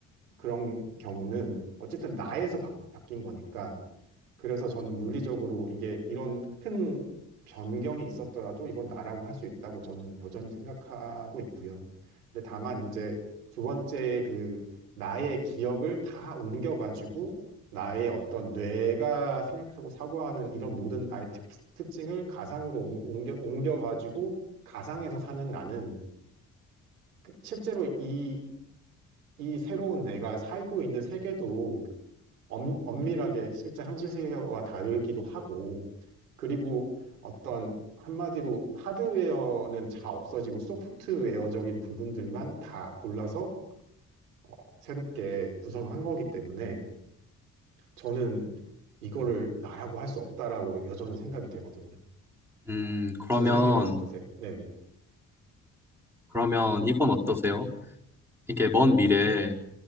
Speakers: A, on the right; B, in the centre.
A: 그런 경우는 어쨌든 나에서 바, 뀐 거니까 그래서 저는 물리적으로 이게 이런 큰 변경이 있었더라도 이건 나라고 할 수 있다고 저는 여전히 생각하고 있고요. 근데 다만 이제 두 번째 그 나의 기억을 다 옮겨가지고 나의 어떤 뇌가 생각하고 사고하는 이런 모든 나의 특, 특징을 가상으로 옮- 옮겨, 옮겨가지고 가상에서 사는 나는 그- 실제로 이, 이 새로운 내가 살고 있는 세계도 엄, 엄밀하게 실제 현실 세계와 다르기도 하고 그리고 어떤 한마디로 하드웨어는 다 없어지고 소프트웨어적인 부분들만 다 골라서 어, 새롭게 구성한 거기 때문에 저는 이거를 나라고 할 수 없다라고 여전히 생각이 되거든요.
B: 음, 그러면,
A: 진성님은 어떠세요? 네네.
B: 그러면 이건 어떠세요? 이게 먼 미래에